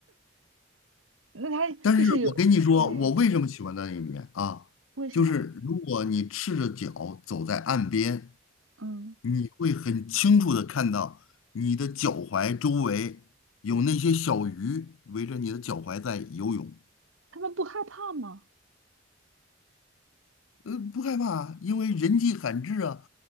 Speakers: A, on the right; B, on the left.
A: 那它就是有，
B: 但是我跟你说，
A: 对，
B: 我为什么喜欢在那边啊？
A: 为什么？
B: 就是如果你赤着脚走在岸边，
A: 嗯，
B: 你会很清楚的看到你的脚踝周围有那些小鱼围着你的脚踝在游泳，
A: 他们不害怕吗？
B: 呃，不害怕，因为人迹罕至啊，